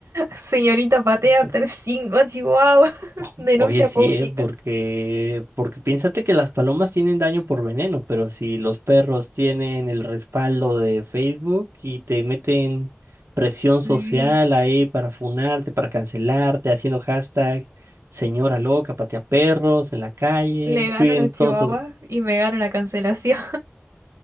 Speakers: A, on the right; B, on the right.
A: señorita patea
B: Por-
A: tres cinco chihuahuas <laughs>
B: o-
A: denuncia
B: Oye, sí,
A: pública.
B: ¿eh? Porque, porque piénsate que las palomas tienen daño por veneno, pero si los perros tienen el respaldo de Facebook y te meten presión
A: Sí.
B: social ahí para funarte, para cancelarte, haciendo hashtag, señora loca, patea perros en la calle,
A: Le gano
B: cuiden
A: a los
B: todos
A: chihuahuas
B: sus
A: y me gano la cancelación.